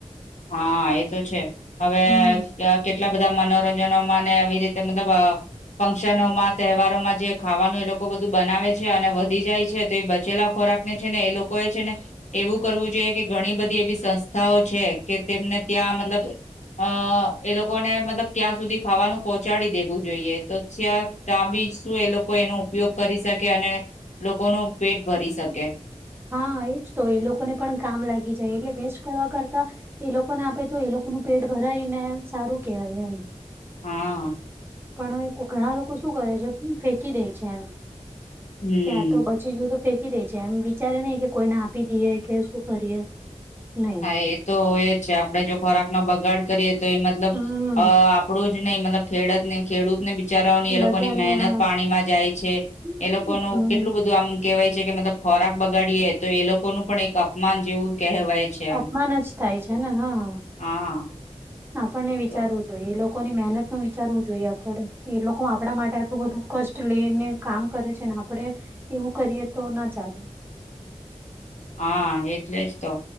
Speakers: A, on the left; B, on the right.
A: હા એ તો છે હવે
B: હમ
A: કેટલા બધા મનોરંજનોમાંને આવી રીતે મતલબ ફંક્શનોમાં તહેવારોમાં જે ખાવાનું એ લોકો બધું બનાવે છે અને વધી જાય છે તો એ બચેલા ખોરાક છે ને એ લોકો એ છે ને એવું કરવું જોઈએ કે ઘણી બધી એવી સંસ્થાઓ છે કે તેમને ત્યાં મતલબ અ એ લોકોને મતલબ ત્યાં સુધી ખાવાનું પહોંચાડી દેવું જોઈએ તો તો આ બીજ શું એ લોકો એનો ઉપયોગ કરી શકે અને લોકો ન પેટ ભરી શકે.
B: હા એજ તો એ લોકોને પણ કામ લાગી જાય એટલે વેસ્ટ કરવા કરતા એ લોકોને આપે તો એ લોકોનું પેટ ભરાય ને સારું કેહેવાય એમ.
A: હા.
B: પણ ઘણા લોકો શું કરે છે ફેકી દે છે એમ
A: હમ
B: કે્યા તો બધા. ચીયું તો ફેંકી દે છે એમ વિચારે નહી કે કોઈને આપી દઈએ કે શું કરીએ. નહી
A: હા એ તો હોય જ છે આપડણે જો ખોરાકનો બગાડ કરીએ તો એ મતલબ
B: હમ
A: આપડું જ નઈ મતલબ ખેડત ને ખેડૂતને બી બીચારાઓની એ
B: બધાને
A: લોકોની મહેનત
B: આ
A: પાણીમાં જાય છે
B: હમ
A: એ લોકોનું કેટલું બધું આમ કહેવાય છે કે મતલબ ખોરાક બગાડીએ તો એ લોકો ન પણ એક અપમાન જેવું કહેવાય. છે આમ
B: અપમાન જ થાય છે ને હા
A: હા
B: આપણને વિચારવું
A: તો
B: જો એ લોકોની મહેનત નું વિચારવું જોઈએ આપડ એ લોકો આપણા માટે આટલું બધું કષ્ટ લેને કામ કરે છે ને આપડે એવું કરીએ તો ના ચાલે.
A: હા એટલે જ તો